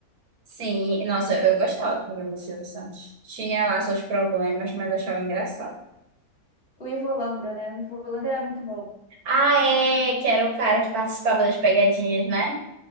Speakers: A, on the right; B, on the left.
A: Sim, nossa, eu gostava do programa do Silvio Santos. Tinha lá seus problemas, mas achava engraçado.
B: O Ivolanda, né? O Ivo era muito bom.
A: Ah, é, que era o cara que participava das pegadinhas, né?